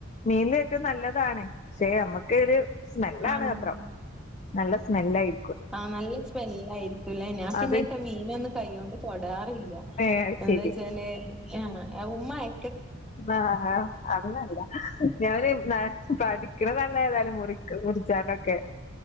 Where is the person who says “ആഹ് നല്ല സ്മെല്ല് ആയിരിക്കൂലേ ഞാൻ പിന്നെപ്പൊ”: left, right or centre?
Centre